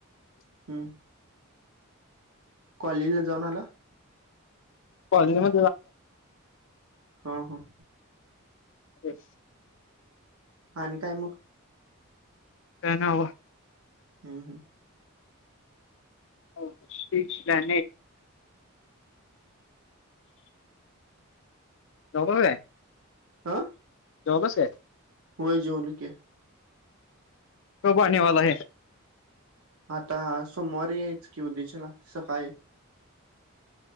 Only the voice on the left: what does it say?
हो म्ह
ह
काय ना हो
हो ठीक जा ज काय
जॉब अस
कब आनेवाला ह